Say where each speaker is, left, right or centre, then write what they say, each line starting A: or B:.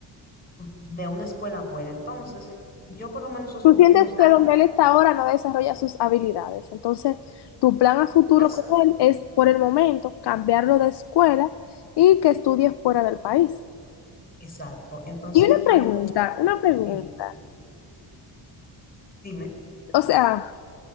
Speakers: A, on the left; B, on the left.
A: de una escuela buena. Entonces, yo por lo menos esos
B: Tú
A: últimos
B: sientes que
A: años,
B: donde él está ahora no desarrolla sus habilidades. Entonces, tu plan a futuro
A: pues,
B: con él es, por el momento, cambiarlo de escuela y que estudie fuera del país.
A: exacto. Entonces
B: Y una
A: yo,
B: pregunta, una pregunta.
A: dime, dime,
B: O sea,